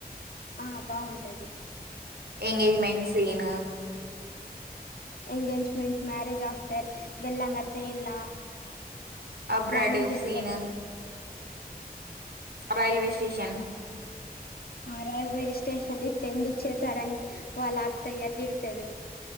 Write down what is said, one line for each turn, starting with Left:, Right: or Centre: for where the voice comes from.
Left: ఆ బాగుంటది
Right: engagement scene
Left: engagement marriage after వెళ్ళాంగా ట్రైన్ లా
Right: అబ్రాడ్
Left: ప్లానింగ్ చేసారు
Right: సీన్ రైల్వే స్టేషన్
Left: ఆ రైల్వే స్టేషన్ ఇట్లా ఎందుకు చేశారని వాళ్ళ అత్తయ్య తిడతది